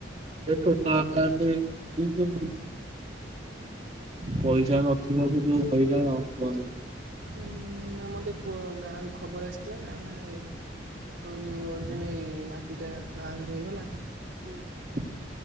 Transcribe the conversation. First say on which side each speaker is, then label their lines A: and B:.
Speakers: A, on the right; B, on the right.
A: ଏ ଛୋଟା ଆକାର ରେ। <inaudible> ପଇସା ନଥିବାକୁ ଯୋଉ ହଇରାଣ କୁହନି କୁହନି।
B: ଉଁ ନା ମୋତେ କୁଅ ଗାଁରୁ ଖବର ଆସିଥିଲା ନା ନା ଏ ଯୋଉ ଅର୍ଜୁନ ଏଇ ନାତିଟା ବାହାଘର ହେଇଗଲା।
A: ହୁଁ।